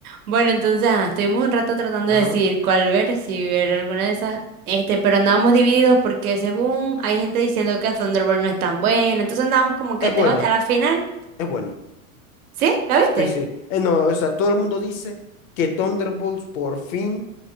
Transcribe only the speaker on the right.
Bueno, entonces ajá, estuvimos un rato tratando
de decidir cuál ver, si ver alguna de esas, este, pero andábamos divididos porque según hay gente diciendo que Thunderbolt no es tan buena, entonces andábamos como que
en
debate. A la final,
¿sí? ¿La viste?